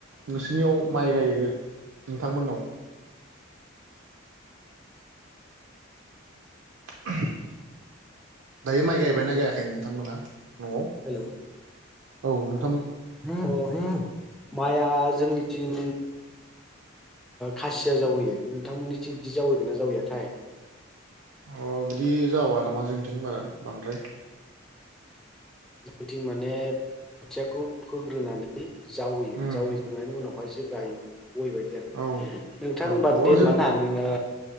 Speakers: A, on the right (about 75°); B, in the centre.
A: नोंसिनियाव माइ गायो नोंथां मोननाव? <inaudible> दायो माइ गायबायना गायाखै नोंथांमोना न आव
B: हेलौ
A: औ नों
B: अ माइआ जोंनिथिं खासिया जावैयो नोंथांमोननिथिं बिदि जावैगोन ना जावैयाथाय
A: अ बिदि जावा नामा जोंनिथिं बारा बांद्राय
B: जोंथिं माने खोथियाखौ फोग्रोनानै जावैयो
A: उम
B: जावैखांनायनि उनावहायसो गायो बै बायदि आरो
A: औ
B: नोंथांबा
A: औ
B: दे
A: औ जों
B: होमबा ना नोङो